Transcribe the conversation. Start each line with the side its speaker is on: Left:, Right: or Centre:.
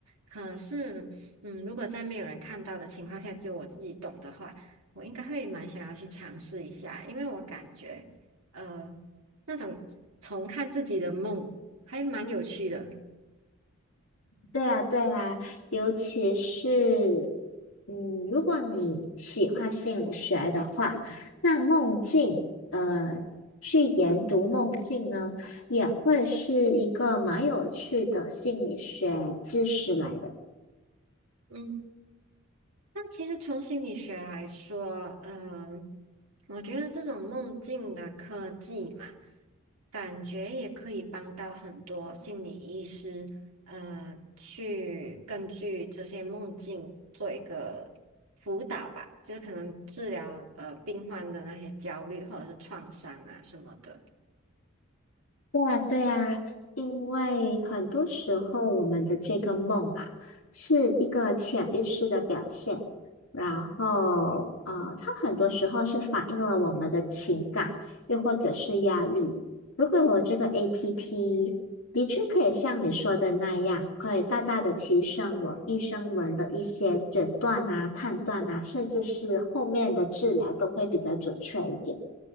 Right: 可是，嗯，如果在没有人看到的情况下，只有我自己懂的话，我应该会蛮想要去尝试一下，因为我感觉。呃。那种重看自己的梦，还蛮有趣的。
Left: 对啊，对啊，尤其是，嗯，如果你喜欢心理学的话，那梦境，呃，去研读梦境呢，也会是一个蛮有趣的心理学知识来的。
Right: 嗯，那其实从心理学来说，嗯、我觉得这种梦境的科技嘛，感觉也可以帮到很多心理医师，呃，去根据这些梦境做一个辅导吧，就是可能治疗呃病患的那些焦虑或者是创伤啊什么的。
Left: 对啊，对啊，因为很多时候我们的这个梦啊，是一个潜意识的表现，然后呃，它很多时候是反映了我们的情感，又或者是压力。如果有这个 APP，的确可以像你说的那样，可以大大的提升我医生们的一些诊断啊、判断啊，甚至是后面的治疗都会比较准确一点。